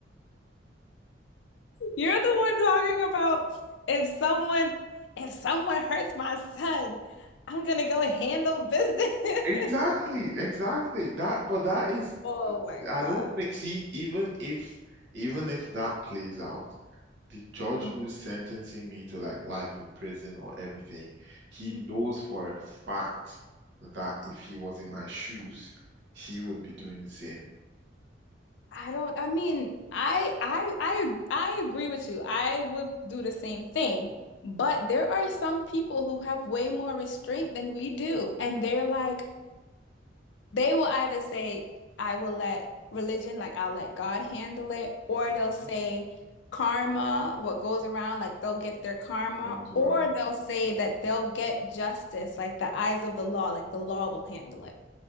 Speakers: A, on the left (about 70°); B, on the right (about 65°).
A: You're the one talking about if someone if someone hurts my son, I'm gonna go handle business.
B: Exactly,
A: <laughs>
B: exactly. That, but that is,
A: Oh my
B: I
A: God.
B: don't think. See, even if even if that plays out, the judge
A: Mhm.
B: who's sentencing me to like life in prison or everything, he
A: Mhm.
B: knows for a fact that if he was in my shoes, he would be doing the same.
A: I don't, I mean, I I I I agree with you. I would do the same thing. But there are some people who have way more restraint than we do. And they're like, they will either say, I will let religion, like I'll let God handle it, or
B: hmm
A: they'll say karma, what goes around, like they'll get their karma,
B: Comes around.
A: or they'll say that they'll get justice, like the eyes of the law, like the law will handle it.